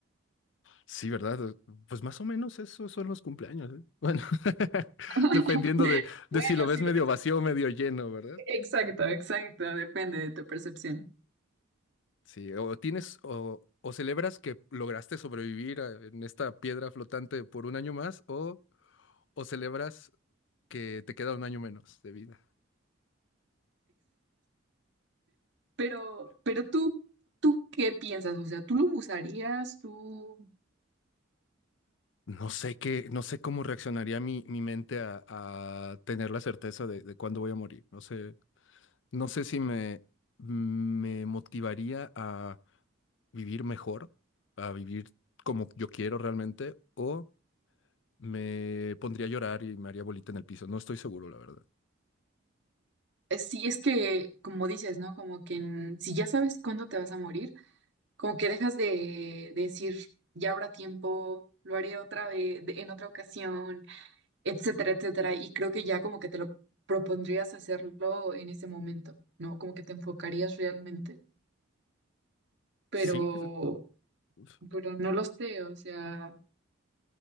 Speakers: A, on the left; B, on the right.
A: Sí, ¿verdad? Pues más o menos esos son los cumpleaños, ¿eh? Bueno, <laughs>
B: <laughs>
A: dependiendo de, de
B: Bueno,
A: si lo ves
B: si
A: medio
B: lo ves
A: vacío
B: así.
A: o medio lleno, ¿verdad?
B: Exacto, exacto. Depende de tu percepción.
A: Sí, o tienes o, o celebras que lograste sobrevivir a- en esta piedra flotante por un año más o, o celebras que te queda un año menos de vida.
B: Pero, pero tú, ¿tú qué piensas? O sea, ¿tú lo usarías? ¿Tú,
A: No sé qué, no sé cómo reaccionaría mi, mi mente a, a tener la certeza de, de cuándo voy a morir. No sé. No sé si me, me motivaría a vivir mejor, a vivir como yo quiero realmente, o me pondría a llorar y me haría bolita en el piso. No estoy seguro, la verdad.
B: eh, si es que, como dices, ¿no? Como que en- si ya sabes cuándo te vas a morir, como que dejas de, de decir, ya habrá tiempo, lo haré otra vez, de- en otra ocasión, etcétera, etcétera. Y creo que ya como que te lo propondrías hacerlo en ese momento, ¿no? Como que te enfocarías realmente. Pero,
A: Sí, que- uf,
B: pero no lo sé, o sea.